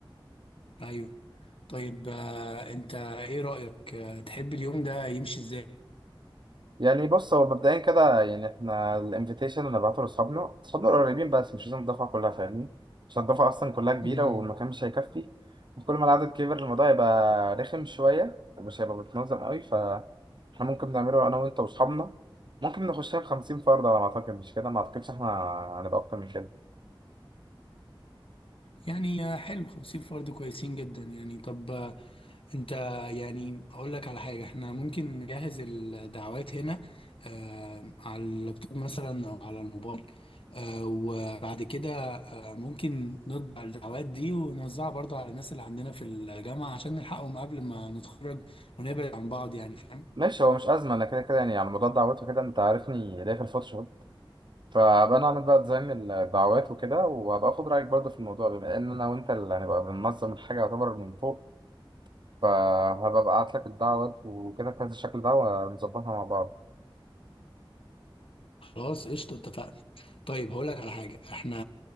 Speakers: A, on the left (about 85°); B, on the right (about 60°).
A: ايوه طيب آه، انت ايه رأيك آه، تحب اليوم ده يمشي ازاي
B: يعني بص هو مبدئيا كده يعني احنا الانفيتيشن اللي بعته لاصحابنا اصحابنا القريبين بس مش لازم الدفعه كلها فاهمني عشان الدفعه اصلا كلها كبيره
A: امم
B: والمكان مش هيكفي وكل ما العدد كبر الموضوع يبقى رخم شويه ومش هيبقى متنظم قوي فاحنا ممكن نعمله انا وانت واصحابنا ممكن نخشها ب 50 فرد على ما اعتقد مش كده ما اعتقدش احنا هنبقى اكتر من كده
A: يعني آه، حلو 50 فرد كويسين جدا يعني طب آه، انت يعني اقول لك على حاجة احنا ممكن نجهز الدعوات هنا آه، على اللابتوب مثلا او على الموبايل آه، وبعد كده آه، ممكن نطبع الدعوات دي ونوزعها برضو على الناس اللي عندنا في الجامعة عشان نلحقهم قبل ما نتخرج ونبعد عن بعض يعني فاهم
B: ماشي هو مش ازمه انا كده كده يعني على موضوع الدعوات وكده انت عارفني ليا في الفوتوشوب فبنعمل بقى ديزاين الدعوات وكده وهبقى اخد رايك برضه في الموضوع بما ان انا وانت اللي هنبقى بننظم الحاجه يعتبر من فوق فهبقى ابعت لك الدعوات وكده في هذا الشكل ده ونظبطها مع بعض
A: خلاص قشطة اتفقنا طيب هقول لك على حاجة احنا